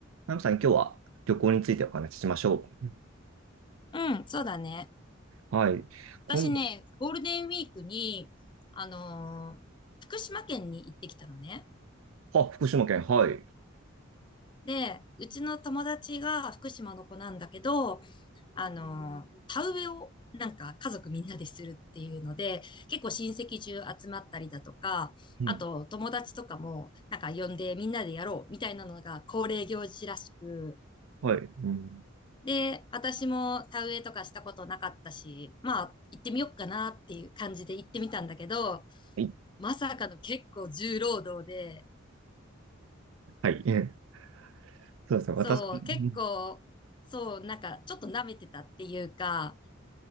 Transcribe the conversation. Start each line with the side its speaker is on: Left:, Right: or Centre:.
Right: ナムさん、今日は旅行についてお話ししましょうん
Left: うん、そうだね。
Right: う。はい。今度、
Left: 私ね、ゴールデンウィークに、あのー福島県に行ってきたのね。
Right: あ、福島県、はい。
Left: で、うちの友達が福島の子なんだけど、あのー田植えをなんか家族みんなでするっていうので、結構親戚中集まったりだとか、
Right: うん。
Left: あと友達とかもなんか呼んでみんなでやろうみたいなのが恒例行事らしく、
Right: はい。うん。
Left: で、私も田植えとかしたことなかったし、まあ行ってみよっかなっていう感じで行ってみたんだけど、
Right: はい。
Left: まさかの結構重労働で、
Right: はい。ええそうですね。
Left: そう、
Right: 私、うん
Left: 結構、そう、なんかちょっと舐めてたっていうか、